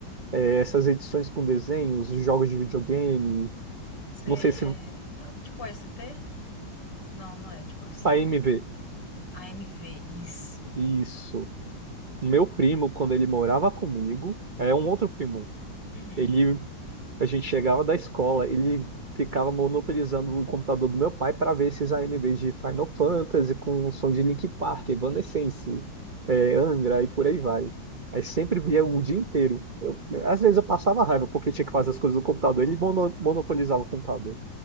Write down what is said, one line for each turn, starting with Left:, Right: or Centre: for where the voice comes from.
Right: É, essas edições com desenhos, jogos de videogame.
Left: Sei,
Right: Não sei se
Left: é. Tipo A S T Não, não é tipo A S
Right: a
Left: T
Right: AMV.
Left: A M V isso.
Right: Isso. O meu primo, quando ele morava comigo, é um outro primo,
Left: Uhum.
Right: Ele, a gente chegava da escola, ele ficava monopolizando o computador do meu pai para ver esses AMVs de Final Fantasy com som de Linkin Park, Evanescence, é, Angra e por aí vai. Aí sempre via o dia inteiro. Eu- às vezes eu passava raiva porque tinha que fazer as coisas do computador, ele mono- monopolizava o computador.